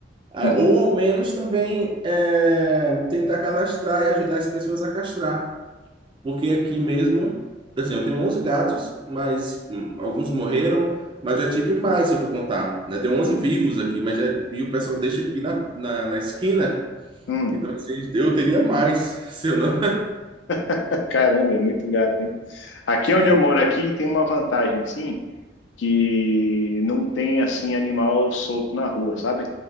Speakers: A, on the right (about 25°); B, on the left (about 70°).
A: Ah,
B: Uhum.
A: Ou ao menos também é, tentar cadastrar e ajudar as pessoas a castrar. Porque aqui mesmo, assim, eu tenho 11 gatos, mas hum, alguns morreram, mas já tive mais, se eu for contar, né? Tem 11 vivos aqui, mas já, e o pessoal deixa aqui na, na, na esquina,
B: Hum.
A: então assim, eu teria mais, <laughs> se eu não...
B: <laughs> Caramba, é muito gato, hein? Aqui onde
A: é
B: eu moro aqui tem uma vantagem assim, que não tem assim animal solto na rua, sabe?